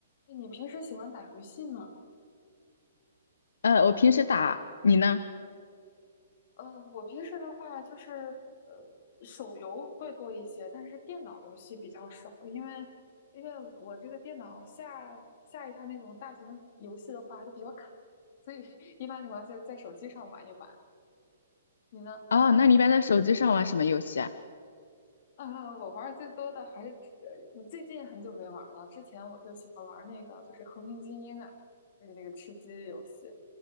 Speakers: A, on the left; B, on the left.
A: 哎，你平时喜欢打游戏吗？
B: 呃，我平时打，你呢？
A: 呃，我平时的话就是呃，手游会多一些，但是电脑游戏比较少，因为因为我这个电脑下下一下那种大型游戏的话就比较卡，所以 <laughs> 一般情况下在手机上玩一玩。你呢？
B: 哦，那你一般在手机上玩什么游戏啊？
A: 呃，我玩的最多的还是呃最近很久没玩了，之前我就喜欢玩那个就是《和平精英》啊，就是那个吃鸡游戏，